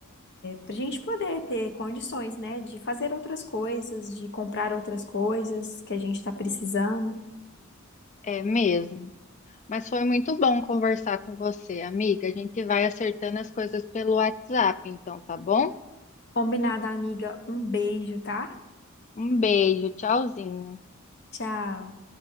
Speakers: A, on the left; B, on the left.
A: para a gente poder ter condições, né? De fazer outras coisas, de comprar outras coisas que a gente está precisando.
B: é mesmo. Mas foi muito bom conversar com você, amiga. A gente vai acertando as coisas pelo WhatsApp, então, tá bom?
A: Combinado, amiga. Um beijo, tá?
B: Um beijo, tchauzinho.
A: Tchau.